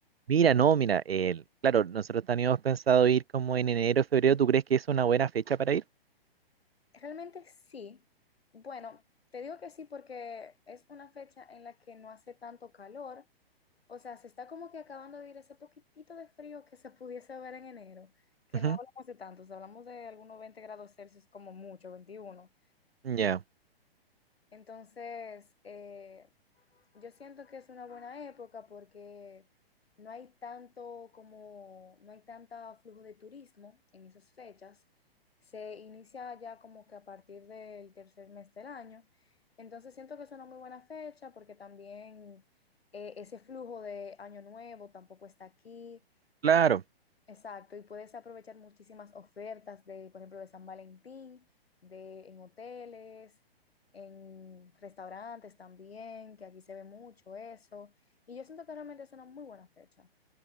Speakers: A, on the right; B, on the left.
A: Mira, no, mira, el, claro, nosotros teníamos pensado ir como en enero, febrero. ¿Tú crees que es una buena fecha para ir?
B: Realmente sí. Bueno, te digo que sí porque es una fecha en la que no hace tanto calor. O sea, se está como que acabando de ir ese poquitito de frío que se pudiese ver en enero, que
A: Ujú.
B: no hablamos de tantos, hablamos de algunos 20 grados Celsius como mucho, 21.
A: Ya,
B: Entonces, eh, yo siento que es una buena época porque no hay tanto como, no hay tanta flujo de turismo en esas fechas. Se inicia ya como que a partir del tercer mes del año. Entonces siento que es una muy buena fecha porque también eh, ese flujo de Año Nuevo tampoco está aquí.
A: claro.
B: Exacto, y puedes aprovechar muchísimas ofertas de, por ejemplo, de San Valentín, de en hoteles, en restaurantes también, que aquí se ve mucho eso. Y yo siento que realmente es una muy buena fecha.